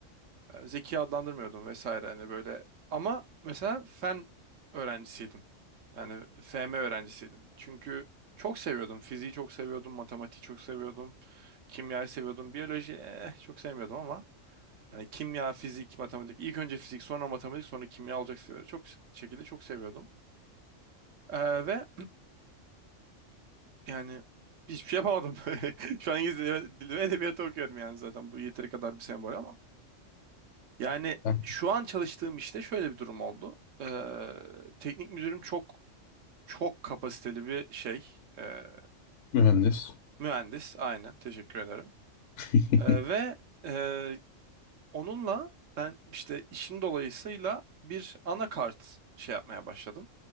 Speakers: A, on the right; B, on the left.
A: E, zeki adlandırmıyordum vesaire hani böyle. Ama mesela fen öğrencisiydim. Yani FM öğrencisiydim. Çünkü çok seviyordum. Fiziği çok seviyordum, matematiği çok seviyordum, kimyayı seviyordum, biyoloji eh, çok sevmiyordum ama hani kimya, fizik, matematik, ilk önce fizik, sonra matematik, sonra kimya olacak seviyorum. Çok şekilde çok seviyordum. Ee, ve Yani hiçbir şey yapamadım. <laughs> Şu an İngiliz dili ve edebiyatı okuyorum yani zaten bu yeteri kadar bir sembol ama. Yani
B: Ha,
A: şu an çalıştığım işte şöyle bir durum oldu. Ee, teknik müdürüm çok çok kapasiteli bir şey. Ee,
B: Mühendis.
A: mühendis aynen teşekkür ederim.
B: <laughs>
A: Ee, ve e, onunla ben işte işim dolayısıyla bir anakart şey yapmaya başladım.